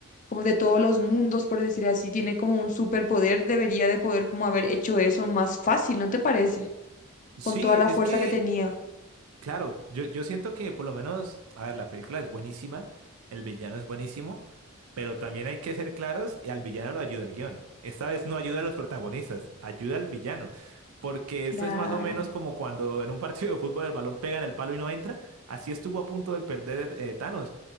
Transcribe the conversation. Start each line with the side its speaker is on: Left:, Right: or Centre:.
Left: como de todos los mundos, por decir así, tiene como un superpoder, debería de poder como haber hecho eso más fácil, ¿no te parece?
Right: Sí,
Left: Con toda
Right: es
Left: la fuerza
Right: que
Left: que tenía.
Right: Claro, yo, yo siento que por lo menos, a ver, la película es buenísima, el villano es buenísimo, pero también hay que ser claros y al villano lo ayuda el guión. Esta vez no ayuda a los protagonistas, ayuda al villano, porque
Left: Claro.
Right: esto es más o menos como cuando en un <laughs> partido de fútbol el balón pega en el palo y no entra, así estuvo a punto de perder eh, Thanos.